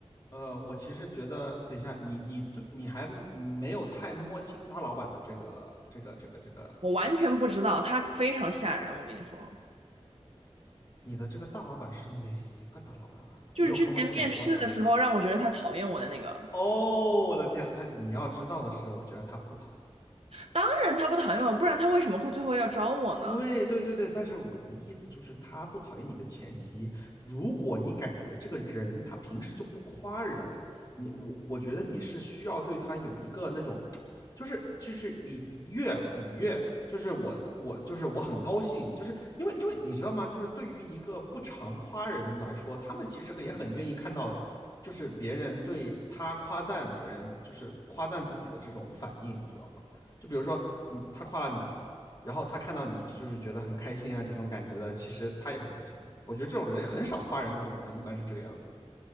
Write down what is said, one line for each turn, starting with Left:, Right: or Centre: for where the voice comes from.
Left: 呃，我其实觉得，等一下，你你对你还没有太摸清大老板的这个这个这个这个，
Right: 我完全不知道，他非常吓人，我跟你说，
Left: 你的这个大老板是哪一个大老板啊？
Right: 就是之前面试的时候让我觉得他讨厌我的那个，
Left: 你有跟我讲过他吗？哦，我的天，但你要知道的是，我觉得他不讨厌。
Right: 当然他不讨厌我，不然他为什么会最后要招我呢？
Left: 对对对对，但是我的意思就是，他不讨厌你的前提，如果你感觉这个人他平时就不夸人，你我我觉得你是需要对他有一个那种，就是就是以以悦以悦，就是我我就是我很高兴，就是因为因为你知道吗？就是对于一个不常夸人来说，他们其实也很愿意看到，就是别人对他夸赞别人，就是夸赞自己的这种反应，你知道吗？就比如说你他夸了你，然后他看到你就是觉得很开心啊这种感觉的，其实他也会开心的。我觉得这种人很少夸人的，这种人一般是这个样子的。